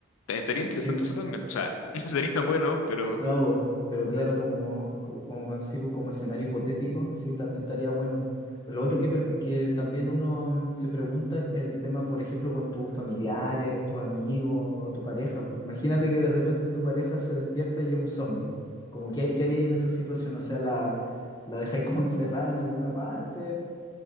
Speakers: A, on the left; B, on the left.
A: Estaría interesante
B: sí,
A: eso también. O sea, <laughs> sería bueno, pero
B: no, po, pero claro, como, co- como, sí, pues, como escenario hipotético, sí, también estaría bueno. Lo otro que, per- que también uno mm, se pregunta es el tema, por ejemplo, con tus familiares, tus amigos o tu pareja. po. Imagínate que de repente tu pareja se despierta y es un zombie. Como, ¿qué, qué haríais en esa situación? O sea, ¿la, la dejáis como encerrada en alguna parte?